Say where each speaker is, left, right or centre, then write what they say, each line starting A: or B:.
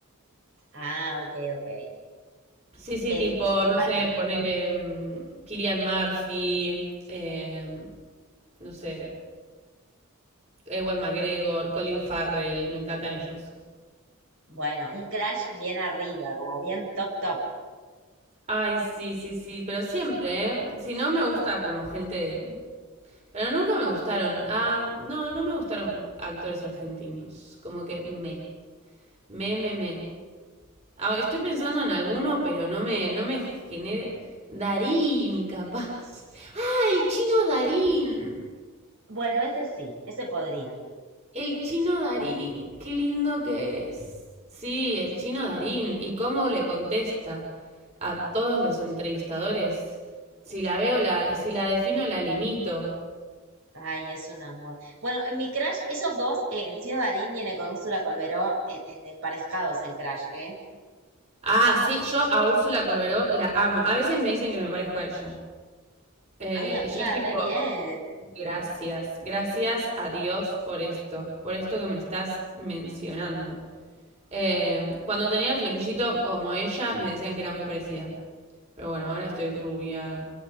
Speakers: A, on the right; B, on the right.
A: Ah, ok, ok.
B: Sí, sí,
A: Eh,
B: tipo,
A: igual,
B: no sé, ponele mm, Killian Murphy, eh, no sé, Ewan McGregor, Colin Farrell, me encantan ellos.
A: bueno, un crush bien arriba, como bien top, top.
B: Ay, sí, sí, sí, pero siempre, ¿eh? Si no me gusta como gente, pero nunca me gustaron. Ah, no, no me gustaron actores argentinos. Como que me, me, me, me. Ah, estoy pensando en alguno, pero no me, no me genera. Darín, capaz. Ah, el chino Darín.
A: Bueno, ese sí, ese podría.
B: El chino Darín, qué lindo que es. Sí, el chino Darín. ¿Y cómo le contesta a todos los entrevistadores? Si la veo, la, si la defino, la limito.
A: Ay, es un amor. Bueno, en mi Crash, esos dos, eh, el Chino Darín viene con Úrsula Colberó en, en- emparejados en Crash, ¿eh?
B: Ah, sí, yo a Úrsula Corberó la amo. A veces me dicen que me parezco a ella. Eh,
A: Ay, amiga,
B: y yo es tipo,
A: re bien.
B: gracias, gracias a Dios por esto, por esto que me estás mencionando. Eh, cuando tenía el flequillito como ella, me decían que era muy parecida. Pero bueno, ahora estoy rubia,